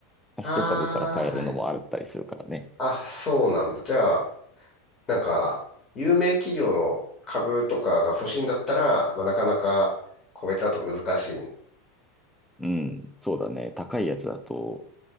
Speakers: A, on the left; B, in the centre.
A: あー、
B: 一株から買えるのもあったりするからね。
A: はい。あ、そうなんだ。じゃあ、なんか、有名企業の株とかが欲しいんだったら、まあ、なかなか個別だと難しい。
B: うん。そうだね。高いやつだと、